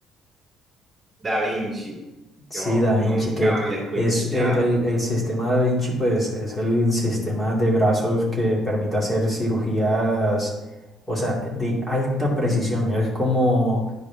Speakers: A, on the right; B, on the left.
A: Da Vinci, que
B: Sí,
A: oh,
B: Da Vinci,
A: nunca
B: que
A: lo había escuchado,
B: es eh, el, el sistema Da Vinci, pues es el sistema de brazos que permite hacer cirugías, o sea, de alta precisión. Es como